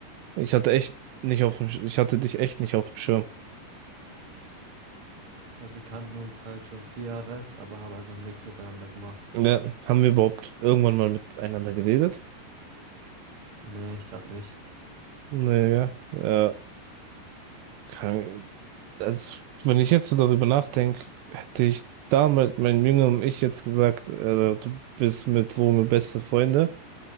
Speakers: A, on the right; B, on the right.
A: Ich hatte echt nicht auf dem, Sch- ich hatte dich echt nicht auf dem Schirm.
B: Ja, wir kannten uns halt schon vier Jahre, aber haben einfach nichts miteinander gemacht.
A: Ja, haben wir überhaupt irgendwann mal miteinander geredet?
B: Nee, ich glaube nicht.
A: Naja, ja, kann, also, wenn ich jetzt so darüber nachdenke, hätte ich damals meinem jüngeren Ich jetzt gesagt, äh, du bist mit so Rome beste Freunde,